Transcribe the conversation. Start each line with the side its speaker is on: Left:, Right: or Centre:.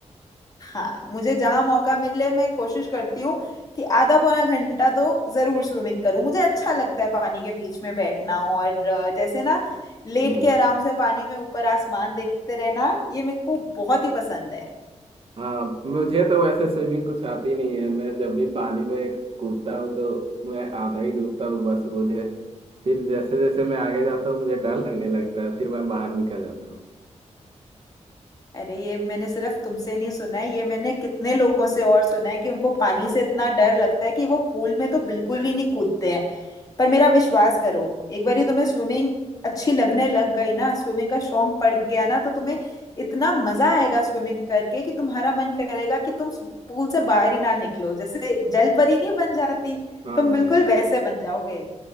Left: हाँ मुझे जहां मौका मिले मैं कोशिश करती हूँ कि आधा पौना घंटा तो जरूर स्विमिंग करूँ मुझे अच्छा लगता है पानी के बीच में बैठना और अ, जैसे ना लेट
Right: हम्म
Left: के आराम से पानी में ऊपर आसमान देखते रहना ये मेरे को बहुत ही पसंद है
Right: हाँ मुझे तो वैसे स्विमिंग कुछ आती नहीं है मैं जब भी पानी में कूदता हूँ तो मैं आधा ही डूबता हूँ बस मुझे फिर जैसे जैसे मैं आगे जाता हूँ मुझे डर लगने लगता है फिर मैं बाहर निकल जाता हूँ
Left: अरे ये मैंने सिर्फ तुमसे नहीं सुना है ये मैंने कितने लोगों से और सुना है कि उनको पानी से इतना डर लगता है कि वो पूल में तो बिल्कुल ही नहीं कूदते हैं पर मेरा विश्वास करो एक बार तुम्हें स्विमिंग अच्छी लगने लग गई ना स्विमिंग का शौक पड़ गया ना तो तुम्हें इतना मजा आएगा स्विमिंग करके कि तुम्हारा मन करेगा कि तुम पूल से बाहर ही ना निकलो जैसे जल परी नहीं बन जाती
Right: हाँ
Left: तुम बिल्कुल
Right: हाँ।
Left: वैसे बन जाओगे